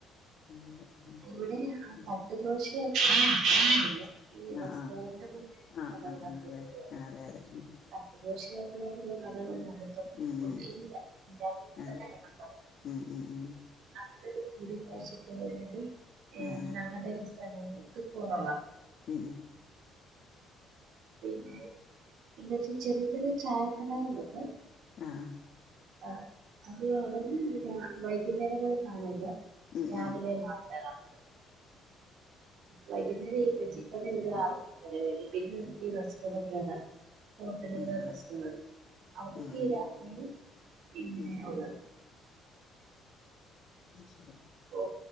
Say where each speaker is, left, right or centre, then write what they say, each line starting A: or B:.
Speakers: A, on the left; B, on the right.
A: ഉം
B: ഇവെടെ ആ
A: ഉം
B: തട്ടുദോശെ <inaudible> ഈ റെസ്റ്റോറന്റ്
A: ആഹ് ആഹ്
B: മാതിരിയുള്ള
A: ആഹ്
B: കടകളാണ്
A: ആഹ് ആഹ്
B: കൂടുതലും
A: അതെ
B: ഒള്ളത്
A: അതെ അതെ ഉം
B: തട്ട് ദോശയൊക്കെ ആയിട്ടുള്ള കടകളൊന്നും അട്ത്തൊന്നും
A: ഉം
B: ഏഹ് ഉണ്ട്
A: ഉം ഉം
B: ഇല്ല ഇല്ലാ <unintelligible>
A: അതെ
B: പറയാൻ
A: ഉം ഉം ഉം
B: അങ്ങനൊരു കൂടി കാഴ്ചക്ക് റെഡിയായത് ഏഹ്
A: ആഹ്
B: ഞങ്ങടെ ഈ സ്ഥലങ്ങത്ത് കൊറവാ
A: ഉം ഉം
B: പിന്നെ എന്താച്ചാ ചെറിയെ ചെറിയെ ചായക്കടകളുണ്ട്
A: ആഹ്
B: ആഹ് അത് <unintelligible> രാ വൈകുന്നേരങ്ങളി കാണൂല
A: ഉം
B: രാവിലെ
A: ഉം
B: മാ <unintelligible> തിന്നും വൈകുന്നേരം ഈ വെജിക്കറി ഒരു ആറ് മണി വരെ കയ്യും പിന്നെ ഓൽക്ക് ഈ റെസ്റ്റോറന്റാണ് ഹോട്ടലിലെ
A: ഉം
B: റസ്റ്റോറന്റ്
A: ആഹ്
B: അവിടൊക്കെ
A: ആഹ്
B: ഈ രാത്രിയില് ഇങ്ങനെയാ
A: ഉം
B: ഒള്ളത്
A: അത് ശരി
B: പ്പോ